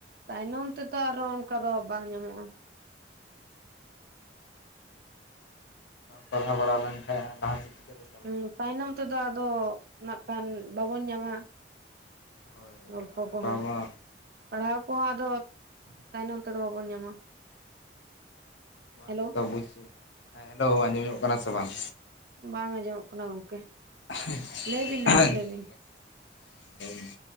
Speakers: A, on the right; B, on the left.
A: ᱛᱟᱭᱱᱚᱢ ᱛᱮᱫᱚ ᱟᱨᱚ ᱚᱱᱠᱟ ᱫᱚ ᱵᱟᱝ ᱧᱟᱢᱚᱜᱼᱟ᱾
B: ᱵᱟᱝ ᱯᱟᱲᱦᱟᱣ ᱵᱟᱲᱟ ᱞᱮᱱᱠᱟᱱᱡ ᱞᱟᱦᱟᱮᱫ ᱪᱤᱠᱟᱹᱛᱮ ᱪᱟᱞᱟᱜᱼᱟ?
A: ᱦᱩᱸ ᱛᱟᱭᱱᱚᱢ ᱛᱮᱫᱚ ᱟᱫᱚ ᱱᱟᱜ ᱠᱷᱟᱱ ᱵᱟᱵᱚᱱ ᱧᱟᱢᱟ᱾
B: ᱦᱳᱭ ᱦᱳᱭ
A: ᱜᱚᱞᱯᱚ
B: ᱚᱱᱟ
A: ᱠᱚᱦᱚᱸ
B: ᱵᱟᱵᱟ
A: ᱯᱟᱲᱦᱟᱣ ᱠᱚᱦᱚᱸ ᱟᱫᱚ ᱛᱟᱭᱱᱚᱢ ᱛᱮᱫᱚ ᱵᱟᱵᱚᱱ ᱧᱟᱢᱟ᱾ ᱦᱮᱞᱳ
B: ᱤ ᱡᱚᱛᱚ ᱵᱩᱡ ᱦᱮᱸ ᱦᱮᱞᱳ ᱟᱸᱡᱚᱢᱚᱜ ᱠᱟᱱᱟ ᱥᱮ ᱵᱟᱝ?
A: ᱵᱟᱝ ᱟᱸᱡᱚᱢᱚᱜ ᱠᱟᱱᱟ ᱜᱚᱝᱠᱮ᱾
B: <inaudible>
A: ᱞᱟᱹᱭ ᱵᱤᱱ ᱱᱤᱛᱚᱜ ᱞᱟᱹᱭ ᱵᱤᱱ